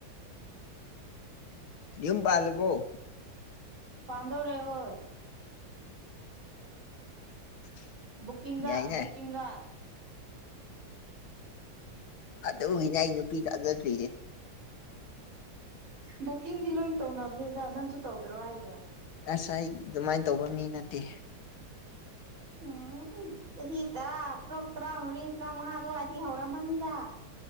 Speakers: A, on the left; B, on the right.
A: ꯌꯨꯝ ꯄꯥꯜꯂꯕꫭ
B: ꯄꯥꯟꯗꫭꯔꯦ ꯍꯣꯏ
A: <inaudible>
B: ꯕꯨꯀꯤꯡꯗ
A: ꯌꯥꯏꯅꯦ
B: ꯕꯨꯀꯤꯡꯗ
A: ꯑꯗꯨꯒꯤꯅꯦ ꯑꯩ ꯅꯨꯄꯤ ꯇꯥꯖꯗ꯭ꯔꯤꯁꯦ
B: ꯕꯨꯛꯀꯤꯡꯗꯤ ꯂꯣꯏ ꯇꯧꯅꯕꯅꯤꯗ ꯅꯪꯁꯨ ꯇꯧꯗ꯭ꯔꯣ ꯍꯥꯏꯁꯦ
A: ꯑꯁ ꯑꯩ ꯑꯗꯨꯃꯥꯏꯅ ꯇꯧꯕ ꯃꯤ ꯅꯠꯇꯦ
B: ꯎꯝ ꯆꯍꯤ ꯇꯔꯥ ꯇꯔꯨꯛ ꯇꯔꯥꯃꯔꯤ ꯇꯔꯥꯃꯉꯥ ꯑꯗꯨꯋꯥꯏꯗꯤ ꯍꯧꯔꯝꯃꯅꯤꯗ